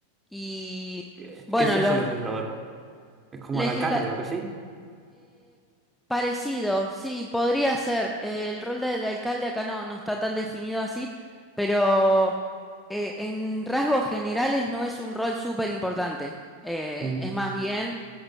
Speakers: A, in the centre; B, on the right.
A: y
B: ¿Qué,
A: bueno,
B: qué es eso,
A: los
B: legislador? ¿Es como
A: legisladores...
B: el alcalde o algo así?
A: parecido, sí, podría ser. Eh, el rol de, de alcalde acá no, no está tan definido así, pero eh, en rasgos generales no es un rol súper importante. Eh,
B: Mm,
A: es más bien